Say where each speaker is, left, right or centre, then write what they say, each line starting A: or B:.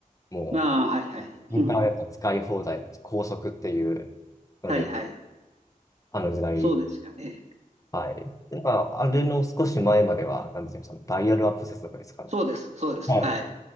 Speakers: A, on the left; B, on the right.
A: も
B: ああ、はいはい。
A: う、インターネット使い放題、
B: うん。
A: 高速っていうので、
B: はいはい。
A: あの時代。
B: そうですよね。
A: はい。で、まあ、あれの少し前までは、
B: うん
A: なんて言うダイヤルアップ接続ですかね。
B: そうです、そうです。
A: はい。
B: はい。